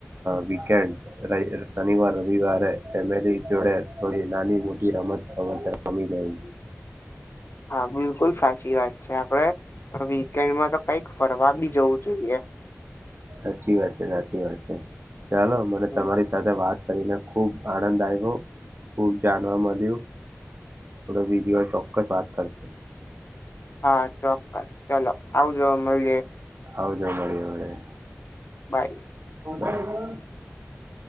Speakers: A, on the right; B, on the left.
A: વીકેન્ડ શનિવાર રવિવારે ફેમિલી જોડે થોડી નાની મોટી <inaudible>
B: હા બિલકુલ સાચી વાત છે આપડે કે એમાં તો કઈક ફરવા બી જવું જોઈએ
A: સાચી વાત છે સાચી વાત ચાલો મને
B: હમ,
A: તમારી સાથે વાત કરીને ખૂબ આનંદ આવ્યો ખૂબ જાણવા મળ્યું આપડ બીજી વાર ચોક્કસ વાત કરશું
B: હા ચોક્કસ ચલો આવજો મલીએ
A: આવજો મળએ મળીએ
B: બાય
A: <inaudible>